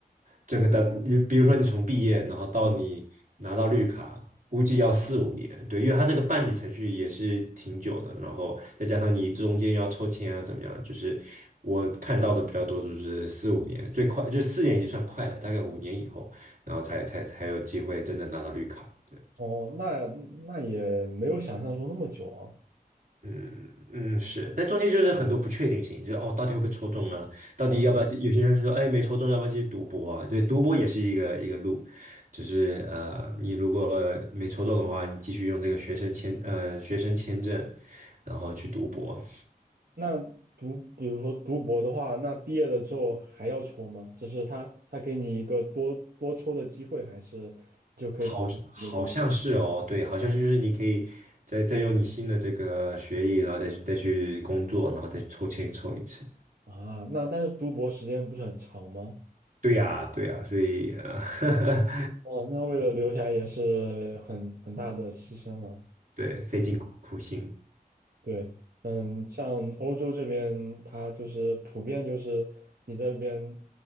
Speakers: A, on the right (about 55°); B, on the right (about 75°).
A: 整个的，比如说你从毕业，然后到你拿到绿卡，
B: 嗯，
A: 估计要四五年，对，因为它这个办理程序也是挺久的，然后再加上你中间要抽签啊，怎么样，就是我看到的比较多就是四五年，最快就四年已经算快了，大概五年以后，然后才才才有机会真的拿到绿卡。对。
B: 哦，那那也没有想象中那么久啊。
A: 嗯嗯是，但中间就是很多不确定性，就是哦，到底会不会抽中啊？到底要不要？
B: 哦。
A: 有些人说，哎，没抽中，要不要继续读博啊？对，读博也是一个一个路，就是呃，你如果没抽中的话，你继续用这个学生签呃学生签证，然后去读博，
B: 那读，比如说读博的话，那毕业了之后还要抽吗？就是他他给你一个多多抽的机会，还是就可以多就可以留下
A: 好好像是哦，对，好像是就是你可以再再用你新的这个学历，然后再去再去工作，然后再抽签抽一次。
B: 啊？那但是读博时间不是很长吗？
A: 对呀，对呀，所以啊呃
B: 哦，那为了留下来也是很很大的牺牲了。
A: <laughs>，对，费尽苦苦心。
B: 对，嗯，像欧洲这边，它就是普遍就是你在这边